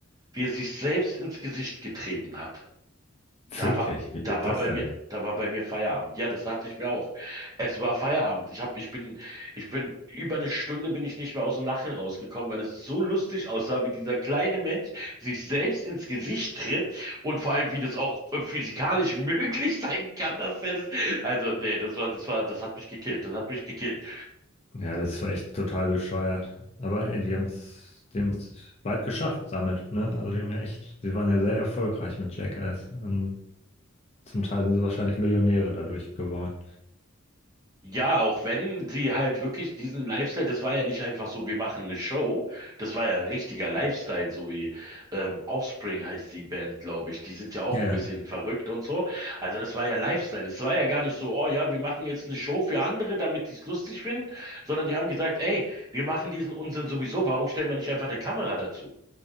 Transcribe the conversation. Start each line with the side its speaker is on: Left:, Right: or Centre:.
Right: wie er sich selbst ins Gesicht getreten hat.
Left: Wirklich,
Right: Da war,
Left: wie geht
Right: da war
Left: das
Right: bei
Left: denn?
Right: mir, da war bei mir Feierabend. Ja, das dachte ich mir auch. Es war Feierabend. Ich hab, ich bin, ich bin, über eine Stunde bin ich nicht mehr aus dem Lachen rausgekommen, weil es so lustig aussah, wie dieser kleine Mensch sich selbst ins Gesicht tritt und vor allem, wie das auch äh, physikalisch <laughs> möglich sein kann, dass er das, also, nee, das war, das war, das hat mich gekillt. Das hat mich gekillt.
Left: Ja, das war echt total bescheuert. Aber ey, die haben es, die haben es weit geschafft damit, ne? Also die haben ja echt, sie waren ja sehr erfolgreich mit Jackass und zum Teil sind sie wahrscheinlich Millionäre dadurch geworden.
Right: Ja, auch wenn sie halt wirklich diesen Lifestyle, das war ja nicht einfach so, wir machen eine Show, das war ja richtiger Lifestyle, so wie ähm, Offspring heißt die Band, glaube ich. Die sind ja auch
Left: Ja, ja.
Right: ein bisschen verrückt und so. Also das war ja Lifestyle, das war ja gar nicht so, oh ja, wir machen jetzt eine Show für andere, damit die es lustig finden, sondern die haben gesagt, ey, wir machen diesen Unsinn sowieso, warum stellen wir nicht einfach eine Kamera dazu?